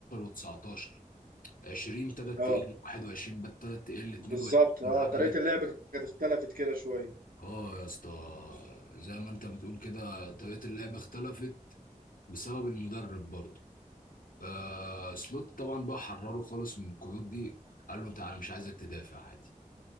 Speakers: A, on the left; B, on the right.
A: و19 20 ابتدت
B: أه
A: تقل 21 ابتدت تقل 22
B: بالظبط أه
A: عدمت
B: طريقة اللعب كانت اختلفت كده شوية
A: اه يا اسطى زي ما انت بتقول كده طريقة اللعب اختلفت بسبب المدرب برضه آه سلوت طبعا بقى حرره خالص من القيود دي قال له انت انا مش عايزك تدافع عادي